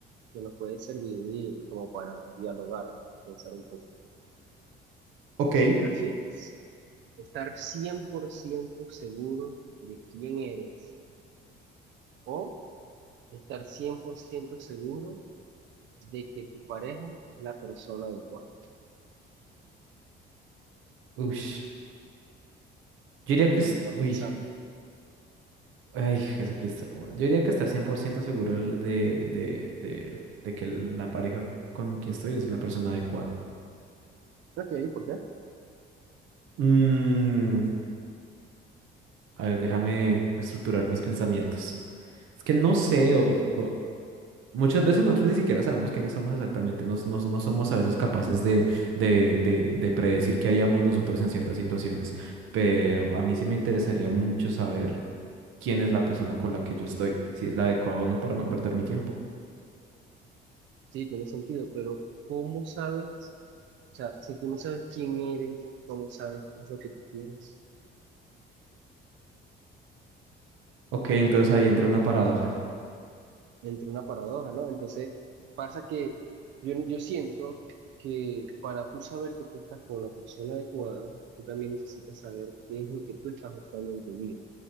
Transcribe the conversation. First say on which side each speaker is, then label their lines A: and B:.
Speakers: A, on the right; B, on the right.
A: que nos puede servir como para dialogar, pensar un poco.
B: Ok.
A: ¿Qué prefieres? Estar 100% seguro de quién eres o estar 100% seguro de que tu pareja es la persona adecuada.
B: Uy, yo diría que
A: Sí,
B: es...
A: está
B: Uy,
A: pensando.
B: ay, Jesucristo. Bueno, Yo diría que estar 100% seguro el de, de, de, de que la pareja con quien estoy es la persona adecuada.
A: Ok, ¿por qué?
B: Mm, a ver, déjame estructurar mis pensamientos. Es que no sé, o, o- Muchas veces nosotros ni siquiera sabemos quiénes somos exactamente, no, no- no somos a veces capaces de, de, de- de predecir qué haríamos nosotros en ciertas situaciones, pero a mí sí me interesaría mucho saber quién es la persona con la que yo estoy, si es la adecuada o no para no perder mi tiempo.
A: Sí, tiene sentido, pero ¿cómo sabes? O sea, si tú no sabes quién eres, ¿cómo sabes qué es lo que tú quieres?
B: Ok, entonces ahí entra una paradoja.
A: Entre una paradoja, ¿no? Entonces, pasa que yo, yo siento que para tú saber que tú estás con la persona adecuada, tú también necesitas saber qué es lo que tú estás buscando en tu vida.